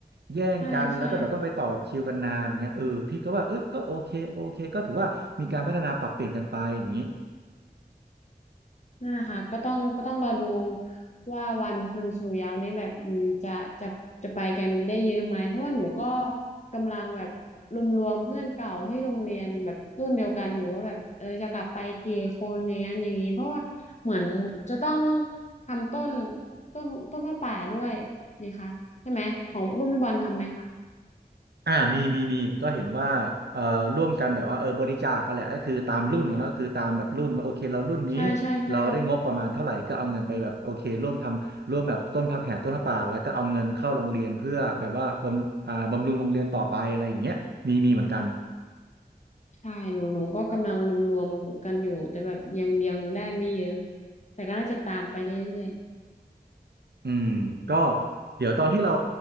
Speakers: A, on the right; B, on the left.
A: แย่งกันแล้วก็แบบต้องไปต่อคิวกันนานเงี้ยเออพี่ก็ว่าเอ้ยก็โอเคโอเคก็ถือว่ามีการพัฒนาปรับเปลี่ยนกันไปอย่างนี้
B: ใช่ใช่ นั่นแหละค่ะก็ต้องก็ต้องรอดูว่าวันคืนสู่เหย้านี้แบบอืมจะจะจะไปกันได้เยอะไหมเพราะว่าหนูก็กำลังแบบรวมๆเพื่อนเก่าที่โรงเรียนแบบรุ่นเดียวกันอยู่ว่าแบบเออจะกลับไปกี่คนอย่างนั้นอย่างนี้เพราะว่าเหมือนจะต้องทำต้นต้นต้นผ้าป่าด้วยนี่คะใช่ไหมของรุ่นพี่บอลทำไหมคะ
A: อ่ามีมีมีก็เห็นว่าเอ่อร่วมกันแบบว่าเออบริจาคกันแหละก็คือตามรุ่นนะเนอะคือตามแบบรุ่นว่าโอเคเรารุ่นนี้
B: ใช่ใช่ใช่
A: เราได้งบประมาณเท่าไหร่ก็เอาเงินไปแบบโอเคร่วมทำร่วมแบบต้นพับแห่ต้นพระป่าแล้วก็เอาเงินเข้าโรงเรียนเพื่อแบบว่าบำอ่าบำรุงโรงเรียนต่อไปอะไรอย่างเงี้ยมีมีเหมือนกัน
B: ใช่หนูหนูก็กำลังรวมๆกันอยู่แต่แบบยังยังได้ไม่เยอะแต่ก็น่าจะตามไปเรื่อย
A: อืมก็เดี๋ยวตอนที่เรา